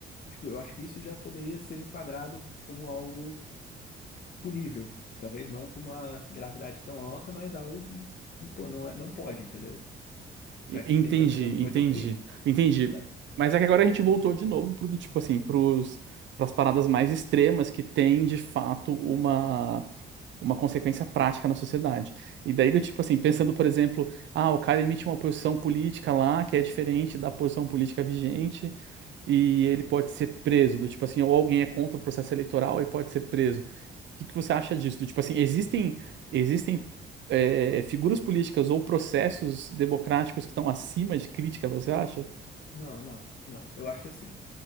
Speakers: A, on the left; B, on the right.
A: Tipo, eu acho que isso já poderia ser enquadrado como algo punível. Talvez não com uma gravidade tão alta, mas algo que, pô, não é, não pode, entendeu?
B: e-
A: tá tentando
B: entendi,
A: fazer alguém cometer
B: entendi,
A: um crime,
B: entendi.
A: sabe?
B: Mas é que agora a gente voltou de novo pro do tipo assim, pros, pras paradas mais extremas que tem de fato uma uma consequência prática na sociedade. E daí, do tipo assim, pensando, por exemplo, ah, o cara emite uma posição política lá que é diferente da posição política vigente e ele pode ser preso, do tipo assim, ou alguém é contra o processo eleitoral e pode ser preso. O que que você acha disso? Do tipo assim, existem existem é, figuras políticas ou processos democráticos que estão acima de crítica, você acha?
A: Não, não, não. Eu acho que assim,